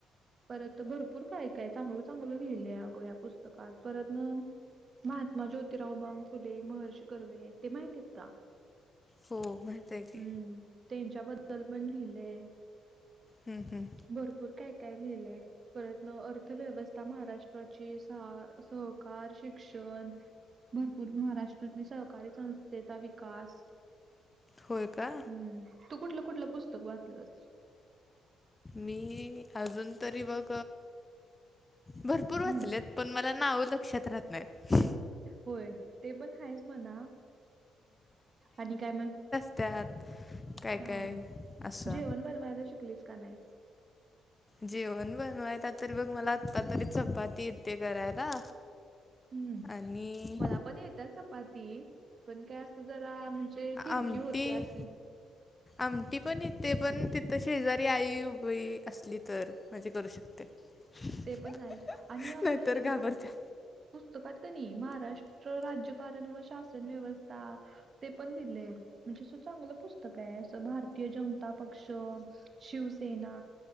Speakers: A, on the right; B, on the left.
A: परत भरपूर काय काय चांगलं चांगलं लिहिलंय अग या पुस्तकात परत न. महात्मा ज्योतिराव बाँग फुले महर्ष कर्वे. ते माहिती आहेत का
B: हो माहित आहे की
A: हम्म त्यांच्याबद्दल पण लिहिलेय.
B: हम्म हम्म.
A: भरपूर काय काय लिहिलंय? परत न अर्थव्यवस्था महाराष्ट्राची. सा- सहकार, शिक्षण भरपूर. महाराष्ट्रातील सहकारी संस्थेचा विकास.
B: होय का
A: हम्म. तू कुठलं- कुठलं पुस्तक वाचलस?
B: मी, अजून तरी बघ भरपूर वाचलेत.
A: हं.
B: पण मला, नावं लक्षात राहत नाहीत.
A: होय. ते पण हायच म्हणा. आणि काय मग.
B: त्यात. काय-
A: हां.
B: काय. असं.
A: जेवण बनवायला शिकलीस का, नाहीस?
B: जेवण बनवायला, तर बघ. मला आता तरी चपाती येते करायला.
A: हम्म.
B: आणि
A: मला पण येत्या चप पाती. पण काय जरा, म्हणजे तिरकी
B: आमटी
A: होत्या, अशी.
B: आमटी पण येते. पण तिथं, शेजारी आई उभी असली तर. म्हणजे करू शकते. <unintelligible>
A: ते पण आहेच आणि अगं
B: नाहीतर
A: ते
B: घाबरत्या.
A: पुस्तकात कनीय, महाराष्ट्र राज्यकारण व शासन व्यवस्था ते पण दिलय. म्हणजे अस चांगलं पुस्तकाय. असं भारतीय जनता पक्ष शिवसेना.